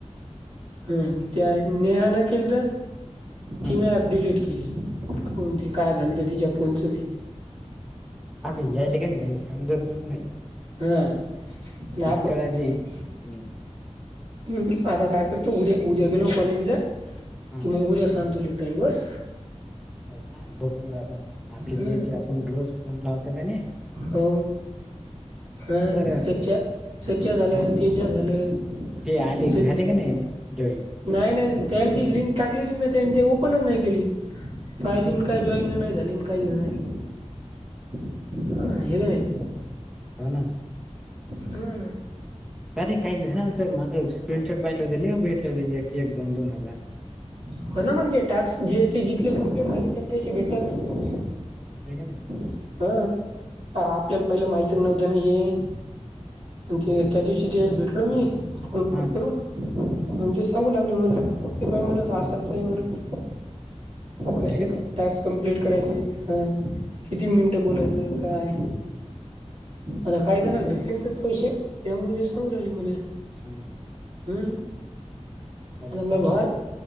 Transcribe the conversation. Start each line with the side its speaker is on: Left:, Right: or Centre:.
Right: हम्म त्या नेहा न केलत
Centre: हम्म
Right: तिन ऍप डिलीट के ली काय झालंत तिच्या फोनच ते
Centre: अबे या ठिकाणी काही समजतच नाही.
Right: हा आणि आपण
Centre: कळायचे इच्छुक नाही
Right: ह आता काय करतो उद्या, उद्या गेलो कॉलेजला
Centre: हा
Right: कि मग उद्या सांगतो तुले. रेल्वस.
Centre: सांग ब अस आपले
Right: हं
Centre: जे जे आपण रोज फोन लावत कनी
Right: हो हा
Centre: बरं
Right: सच्या झालं,
Centre: ह
Right: तेज्या झालं.
Centre: ते आले,
Right: स
Centre: झाले का नाहीतं जॉईंन
Right: नाही, नाही त्याला ती लिंक टाकली होती मी त्या ते ओपनच नाही केली, पाहिल काय. जॉईन नाही झाली, काहीच नाही. हे का नाही
Centre: हो ना
Right: ह
Centre: अरे काही झाल तर माग स्क्रीनशॉट पाहिलं हो ल भेटले एक, एक दोन, दोन हजार.
Right: हो, ना मग ते टास्क जे जिथले कम्प्लीट झाले ते त्याचे भेटतातना.
Centre: दिसतंय का नाही.
Right: हं अरे आपल्याला पहिलं माहितीच नव्हत ना हे मं ते त्या दिवशी ते भेटलो मी. फोन
Centre: हा
Right: करून ते सांगू लागल मला हे पाय म्हणत असंं
Centre: हा
Right: आस आहे म्हणत
Centre: असं
Right: कसे
Centre: आहे का
Right: कं
Centre: ते
Right: टास्क कम्प्लीट करायचे हा किती मिनिटं बोलायचं काय आता काय जाणाला भेटले ना त्यात पैसे त्यामुळे सांगू लागले मले
Centre: चांगल
Right: हम्म आता
Centre: ते
Right: माया
Centre: पाहू
Right: भावाले
Centre: ना आपण